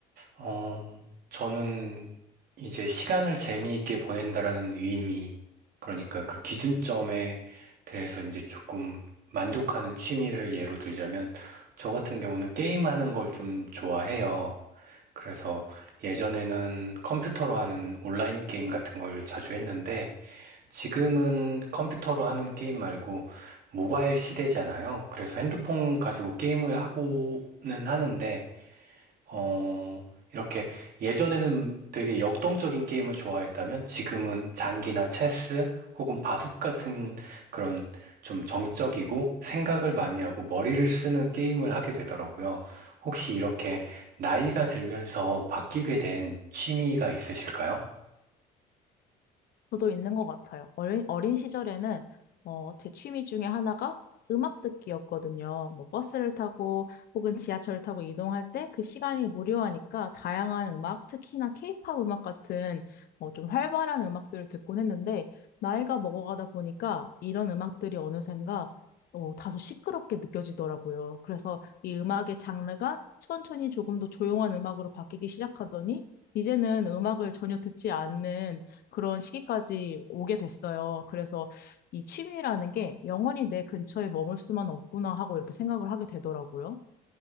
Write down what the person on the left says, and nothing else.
저도 있는 것 같아요. 어린, 어린 시절에는 어, 제 취미 중에 하나가 음악 듣기였거든요. 뭐 버스를 타고 혹은 지하철을 타고 이동할 때 그 시간이 무료하니까 다양한 음악, 특히나 케이팝 음악 같은 어, 좀 활발한 음악들을 듣곤 했는데 나이가 먹어가다 보니까 이런 음악들이 어느샌가 어, 다소 시끄럽게 느껴지더라고요. 그래서 이 음악의 장르가 천천히 조금 더 조용한 음악으로 바뀌기 시작하더니 이제는 음악을 전혀 듣지 않는 그런 시기까지 오게 됐어요. 그래서 이 취미라는 게 영원히 내 근처에 머물 수만 없구나 하고 이렇게 생각을 하게 되더라고요.